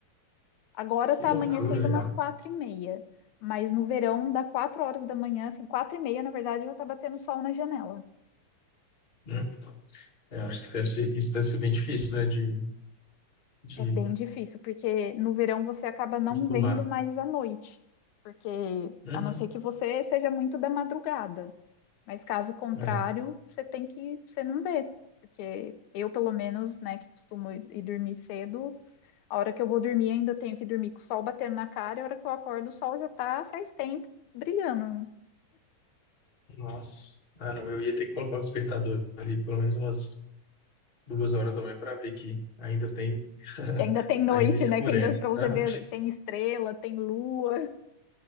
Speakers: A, on the left (about 75°); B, on the left (about 25°).
A: Agora
B: que
A: tá
B: loucura,
A: amanhecendo umas
B: é.
A: quatro e meia, mas no verão dá quatro horas da manhã, assim, quatro e meia, na verdade, já tá batendo sol na janela.
B: Hum. É, acho que deve ser, isso deve ser bem difícil, né? De, de
A: É bem difícil, porque no verão você acaba não
B: acostumar.
A: vendo mais à noite, porque
B: Uhum.
A: a não ser que você seja muito da madrugada, mas caso contrário,
B: É.
A: você tem que, você não vê, porque eu, pelo menos, né, que costumo ir dormir cedo, a hora que eu vou dormir ainda tenho que dormir com o sol batendo na cara, e a hora que eu acordo o sol já tá faz tempo brilhando.
B: Nossa. Ah, não, eu ia ter que colocar o despertador ali pelo menos umas duas horas da manhã para ver que ainda tem, <laughs>
A: Que ainda tem noite,
B: ainda escurece,
A: né? Que ainda para você
B: sabe?
A: ver tem estrela, tem lua.